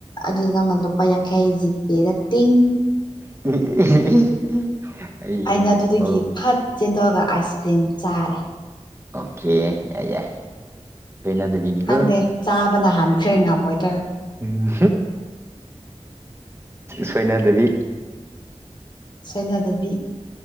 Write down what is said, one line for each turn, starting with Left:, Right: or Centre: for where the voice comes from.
Left: ꯑꯗꯨꯗ ꯅꯪꯅ ꯂꯨꯄꯥ ꯌꯥꯡꯈꯩ ꯖꯤꯄꯦꯗ ꯇꯤꯡ
Right: <inaudible>
Left: ꯑꯩꯅ ꯑꯗꯨꯗꯒꯤ
Right: ꯍꯣꯏ
Left: ꯐꯠ ꯆꯦꯟꯊꯣꯛꯑꯒ ꯑꯥꯏꯁ ꯀ꯭ꯔꯤꯝ ꯆꯥꯔꯦ
Right: ꯑꯣꯀꯦ ꯌꯥꯏ ꯁꯣꯏꯅꯗꯕꯤꯅꯤꯀꯣ
Left: ꯈꯪꯗꯦ ꯆꯥꯕꯅ ꯍꯥꯟꯅꯤ ꯈ꯭ꯔꯦ ꯉꯝꯃꯣꯏꯅꯦ
Right: ꯎꯝ ꯁꯣꯏꯅꯥꯗꯕꯤ
Left: ꯁꯥꯏꯅꯥ ꯗꯦꯕꯤ